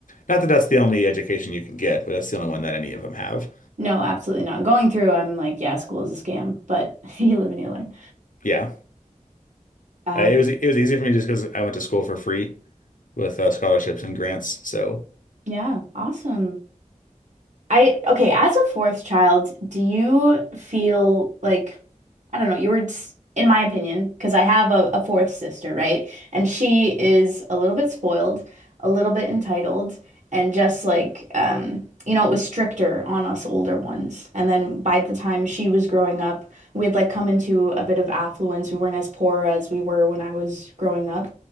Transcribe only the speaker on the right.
No, absolutely not. Going through, I'm like, yeah, school is a scam, but <laughs> you live and you learn.
Um,
yeah, awesome. I okay, as a fourth child, do you feel like I don't know, you were s- in my opinion, because I have a, a fourth sister, right? And she is a little bit spoiled, a little bit entitled, and just like um, you know, it was stricter on us older ones. And then by the time she was growing up, we had like come into a bit of affluence. We weren't as poor as we were when I was growing up.